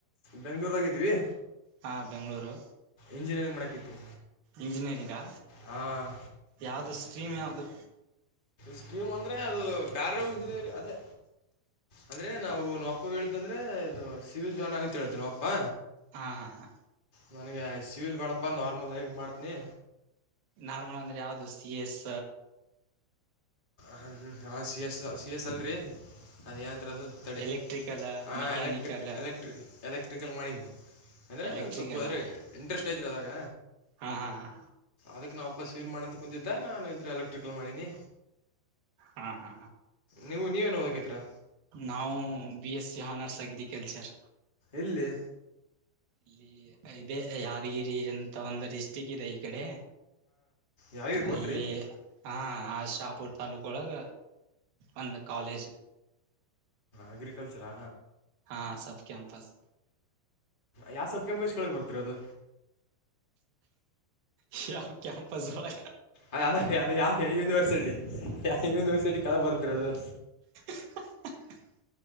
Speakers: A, on the left; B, on the right.
A: ಬೆಂಗ್ಳೂರದಾಗಿದ್ವಿ
B: ಹಾಂ ಬೆಂಗಳೂರು
A: ಇಂಜಿನಿಯರಿಂಗ್ ಮಾಡಕ್ಕಿತ್ತು
B: ಇಂಜಿನಿಯರಿಂಗಾ
A: ಹಾಂ
B: ಯಾವದು ಸ್ಟ್ರೀಮ್ ಯಾವುದು
A: ಸ್ಕೀಮ್ ಅಂದ್ರೆ ಅದು ಬ್ಯರೆ ಹಿಂದೇರಿ ಅದೇ ಅಂದ್ರೆ ನಾವು ನ ಅಪ್ಪ ಹೇಳತಂದ್ರೆ ಇದು ಸಿವಿಲ್ ಜಾಯಿನ್ ಆಗಿ ಅಂತ ಹೇಳತಿ ನಮ್ಮ ಅಪ್ಪಾ
B: ಹಾ ಹಾ ಹಾ
A: ನನಗೆ ಸಿವಿಲ್ ಬಾಡಪ್ಪ ನಾರ್ಮಲ್ ಆಗಿ ಮಾಡ್ತ್ನಿ
B: ನಾರ್ಮಲ್ ಅಂದ್ರೆ ಯಾವ್ದ್ ಸಿ ಎಸ್
A: ಹ ಹ ಹಾ ಸಿ ಎಸ್ ಸಿ ಎಸ್ ಅಲ್ರಿ ಅದೇಏಂತ್ರದು ತಡೆ
B: ಎಲೆಕ್ಟ್ರಿಕಲ್
A: ಹ
B: ಮೆಕ್ಯಾನಿಕಲ್
A: ಎಲೆಕ್ಟ್ರಿಕ್ ಎಲೆಕ್ಟ್ರಿಕ್ ಎಲೆಕ್ ಎಲ್ಕ್ರಿಕಲ್ ಮಾಡಿನಿ ಅಂದರೆ
B: ಎಲೆಕ್ಟ್ರಿಕಲ್
A: ನಂಗೆ ಸ್ವಲ್ಪ ಇಂಟ್ರೆಸ್ಟ್ ಐತ್ರ್ ಅದಾಗ
B: ಹಾ ಹಾ ಹಾ
A: ಅದಕ್ಕೆ ನಾವುಾಪ್ಪಸ್ ಸವೀರ್ ಮಾಡಂತ ಕುಂಂತಿದ್ದೆ ನಾನು ಇದ್ದೆ ಎಲೆಕ್ಟ್ರಿಕಲ್ ಮಾಡೀನಿ
B: ಹಾ ಹಾ
A: ನೀವು ನೀವೇನ್ ಓದಕತಿರಾ
B: ನಾವು ಬಿ ಎಸ್ ಸಿ ಹನರ್ಸ್ ಆಗಿದ್ದಿ ಕೆಲ್ಸರ್
A: ಎಲ್ಲಿ
B: ಇಲ್ಲಿ ಇದೆ ಯಾದಗಿರಿ ಎಂತ ಒಂದು ಡಿಸ್ಟಿಕ್ ಇದೆ ಈ ಕಡೆ
A: ಯಾವ್ದು ಗೊತ್ತ್ರಿ
B: ಅಲ್ಲಿ ಹಾ ಆ ಶಾಪುರ್ ತಾಲೂಕ ಒಳಗ ಅಂದ ಕಾಲೇಜ್
A: ಅಗ್ರಿಕಲ್ಚರಾ
B: ಹಾ ಸಬ್ ಕಂಪಸ್
A: ಯಾವ ಸಬ್ಕಮಗೆ ಎಷ್ಟ ಕೆಳಗ್ ಬರ್ತಿರ ಅದು
B: ಶ ಅವ ಕ್ಯಾಂಪಸ್ ಜೋಳ
A: ಅದ ಅದ ಅದು ಯಾವ ಯಾವ ಯೂನಿವರ್ಸಿಟಿ ಯಾವ ಯೂನಿವರ್ಸಿಟಿ ಕಳ ಬರ್ತಿರೋದು
B: ಹಾ ಹಾ